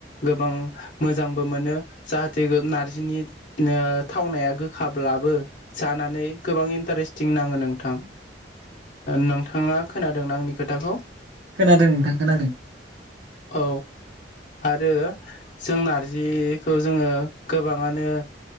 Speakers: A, on the left; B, on the right.
A: गोबां मोजांबो मोनो जाहाथे नार्जिनि थावनाया गोखाब्लाबो जानानै गोबां इन्टारेस्टिं नाङो नोंथां नोंथाङा खोनादों आंनि खोथाखौ
B: खोनादों नोंथां खोनादों।
A: औ आरो जों नारजिखौ जोङो गोबाङानो